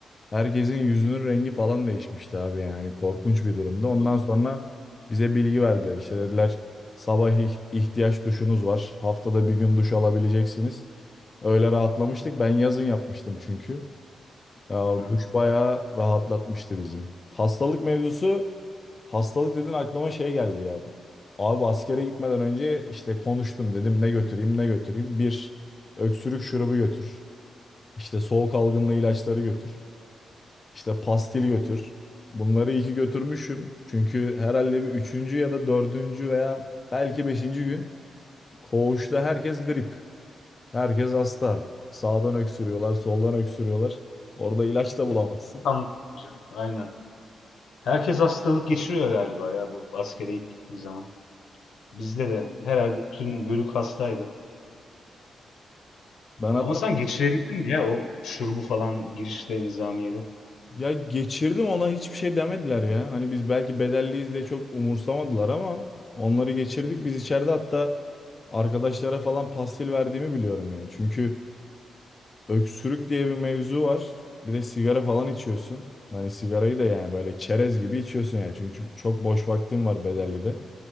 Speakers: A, on the left; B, on the left.
A: herkesin yüzünün rengi falan değişmişti abi yani korkunç bir durumda. Ondan
B: O da-
A: sonra bize bilgi verdiler. İşte dediler sabah ih- ihtiyaç duşunuz var. Haftada bir gün duş alabileceksiniz. Öyle rahatlamıştık. Ben yazın yapmıştım çünkü. Ya
B: Ha.
A: o duş bayağı rahatlatmıştı bizim. Hastalık mevzusu, hastalık dedin aklıma şey geldi ya. Abi askere gitmeden önce işte konuştum dedim ne götüreyim ne götüreyim. Bir öksürük şurubu götür. İşte soğuk algınlığı ilaçları götür. İşte pastil götür. Bunları iyi ki götürmüşüm. Çünkü herhalde bir üçüncü ya da dördüncü veya belki beşinci gün koğuşta herkes grip. Herkes hasta. Sağdan öksürüyorlar, soldan öksürüyorlar. Orada ilaç da bulamazsın.
B: Ya, o- ortam aynen. Herkes hastalık geçiriyor galiba ya bu askere ilk gittiği zaman. Bizde de herhalde bütün bölük hastaydı.
A: Ben hatta
B: Ama sen geçirebildin mi ya o şurubu falan girişte nizamiyede?
A: ya geçirdim ona hiçbir şey demediler ya. Hani biz belki bedelliyiz diye çok umursamadılar ama onları geçirdik. Biz içeride hatta arkadaşlara falan pastil verdiğimi biliyorum yani. Çünkü öksürük diye bir mevzu var. Bir de sigara falan içiyorsun. Hani sigarayı da yani böyle çerez gibi içiyorsun yani. Çünkü çok boş vaktim var bedellide.